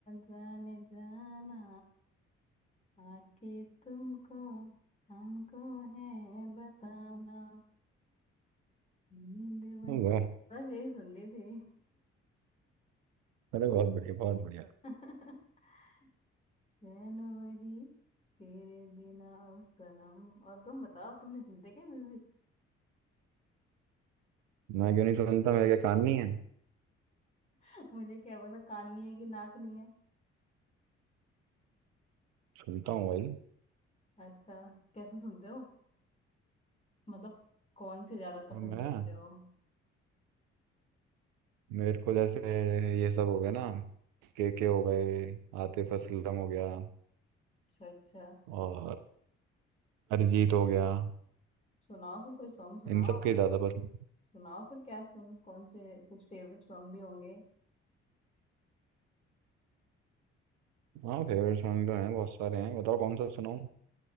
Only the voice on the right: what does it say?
वाह
अरे बहुत बढ़िया बहुत बढ़िया
मैं क्यों नहीं सुनता मेरे क्या कान नहीं है
सुनता हूँ भाई
और मैं
मेरे को जैसे ये सब हो गया ना के के हो गए आतिफ असलम हो गया
और अरिजीत हो गया
इन सब के ज्यादा पसंद
हाँ फेवरेट सॉन्ग तो हैं बहुत सारे हैं बताओ कौन सा सुनाऊं